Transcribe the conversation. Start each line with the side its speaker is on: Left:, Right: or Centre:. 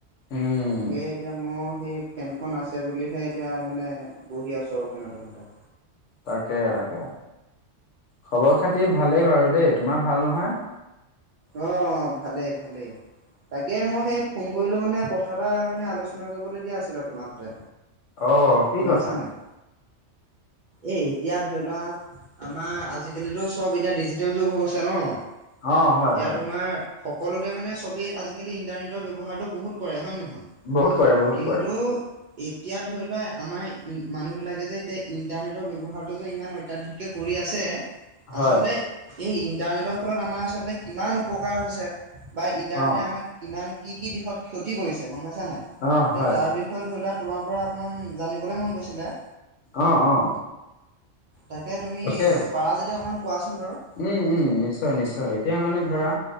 Left: উম
Right: তাকে এতিয়া মোৰ সেই ফেনখন আছে বুলিহে এতিয়া মানে বহি আছো আৰু ফেনৰতলতে
Left: তাকে তাকে খবৰ খাতিৰ ভালেই বাৰু দেই তোমাৰ ভাল নহয়।
Right: অ, ভালেই ভালেই। তাকে মই সেই ফোন কৰিলো মানে কথা এটা মানে আলোচনা কৰিবলগীয়া আছিলে তোমাৰ হতে।।
Left: অ কি
Right: গম‌পাইছানে
Left: কথা
Right: নাই। এই এতিয়া ধৰি লোৱা আমাৰ, আজিকালিতো চব এতিয়া ডিজিটেল যুগ হৈ গছে ন।
Left: অ হয়
Right: এতিয়া
Left: হয়
Right: তোমাৰ সকলোতে মানে চবেই আজিকালি ইন্টাৰনেটৰ ব্যৱহাৰটো বহুত কৰে হয় নে নহয়।
Left: বহুত কৰে বহুত
Right: কিন্ত
Left: কৰে
Right: এতিয়া ধৰি লোৱা আমাৰ ই মানুহবিলাকে যে এতিয়া ইণ্টাৰনেটৰ ব্যৱহাৰটো যে ইমান অত্যাধিক কে কৰি।
Left: হয়
Right: আচলতে এই ইণ্টাৰনেটৰ ফলত আমাৰ আচলতে কিমান উপকাৰ হৈছে। বা ইণ্টাৰনেটে
Left: অ
Right: আমাক কিমান কি কি দিশত ক্ষতি কৰিছে গম পাইছ নে
Left: অ হয়
Right: তাৰ বিষয়ে ষ ধৰি লোৱা তোমাৰ পৰা অকনমান জানিবলৈ মন গৈছিলে।
Left: অ অ
Right: তাকে তুমি
Left: তাকে
Right: পাৰা যদি অকমান কোৱাচোন বাৰু
Left: উম উম নিশ্চয় নিশ্চয় এতিয়া মানে ধৰা